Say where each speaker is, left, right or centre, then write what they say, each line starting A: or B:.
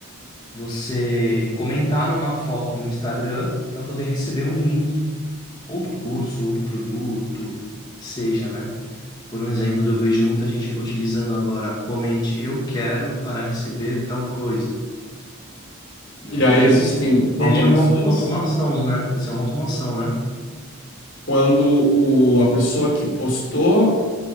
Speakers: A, on the left; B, on the left.
A: você comentar numa foto do Instagram para poder receber um link, ou do curso, ou do produto, que seja, né? Por um exemplo, eu vejo muita gente utilizando agora, comente, eu quero para receber tal coisa. E eu
B: E
A: acredito
B: aí existem
A: que isso
B: automações
A: seja uma automação, né? Isso é uma automação, né?
B: quando o, a pessoa que postou